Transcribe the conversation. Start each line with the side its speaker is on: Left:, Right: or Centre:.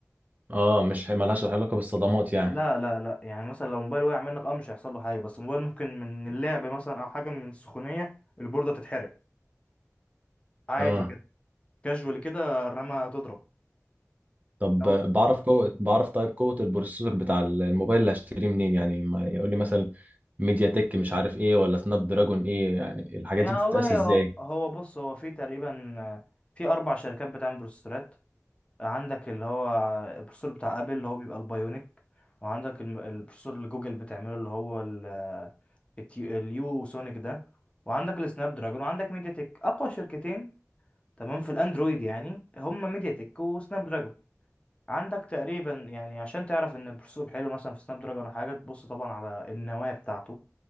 Right: اه مش ملهاش علاقة بالصدمات يعني
Left: لا لا لا يعني مثلا لو موبايل وقع منك اه مش هيحصل له حاجه بس الموبايل ممكن من اللعب مثلا او حاجه من السخونيه البورده تتحرق عادي
Right: اه
Left: كده كاجوال كده الرمه تضرب
Right: طب
Left: او
Right: بعرف قوة بعرف طيب قوة البروسيسور بتاع الموبايل اللي هشتريه منين يعني ما يقول لي مثلا ميديا تك مش عارف ايه ولا سناب دراجون ايه يعني الحاجات
Left: يعني
Right: دي بتتقاس
Left: والله
Right: ازاي
Left: هو هو بص هو في تقريبا آه، في اربع شركات بتعمل بروسيسورات عندك اللي هو البروسيسور بتاع ابل اللي هو بيبقى البايونيك وعندك الم- البروسيسور اللي جوجل بتعمله اللي هو ال- آه، التي- اليو سونيك ده وعندك السناب دراجون وعندك ميديا تك اقوى شركتين تمام في الاندرويد يعني هم ميديا تك وسناب دراجون عندك تقريبا يعني عشان تعرف ان البروسيسور حلو مثلا في سناب دراجون ولا حاجه تبص طبعا على النواه بتاعته